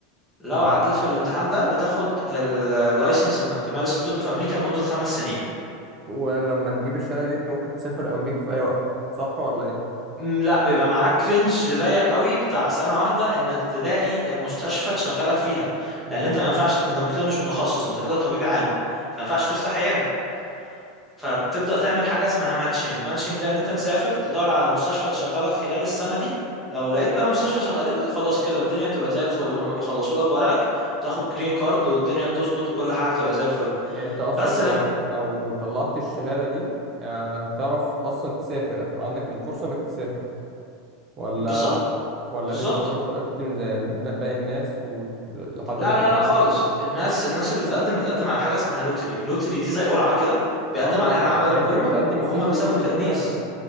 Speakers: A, in the centre; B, on the right.
A: لو
B: امم
A: عديت في الامتحان ده بتاخد اللايسنس انك تمارس الطب في امريكا لمدة خمس سنين
B: ولما تجيب الشهاده دي انت ممكن تسافر امريكا في اي وقت صح ولا ايه
A: م، لا بيبقى معاك رينج ضيق قوي بتاع سنة واحدة انك تلاقي مستشفى تشغلك فيها
B: امم
A: لان انت ما ينفعش انت مش كده مش متخصص انت كده طبيب عام فما ينفعش تفتح عيادة فبتبدأ تعمل حاجة اسمها ماتشنج ماتشنج ده ان انت تسافر تدور على مستشفى تشغلك خلال السنة دي لو لقيت بقى مستشفى شغلتك خلاص كده الدنيا بتبقى زي الفل هما بيخلصوا لك ورقك تاخد جرين كارد والدنيا بتظبط وكل حاجة بتبقى زي الفل
B: يعني انت اصلا
A: بس
B: لو
A: لما
B: لو طلعت الشهاده دي آه، تعرف اصلا تسافر هتبقى عندك الفرصه انك تسافر ولا
A: بالظبط
B: ولا
A: بالظبط
B: لسه برضه تقدم زي ال- باقي الناس وت- لحد
A: لا
B: ما تقدم
A: لا لا خالص
B: فيها
A: الناس الناس اللي بتقدم بتقدم على حاجه اسمها لوتري لوتري دي زي قرعه كده بيقدم
B: اه
A: عليها العالم
B: يع- يعني
A: كله
B: انت بتقدم
A: وهم
B: فيها
A: بيسافروا
B: اللوتري
A: تجنيس
B: دي كمان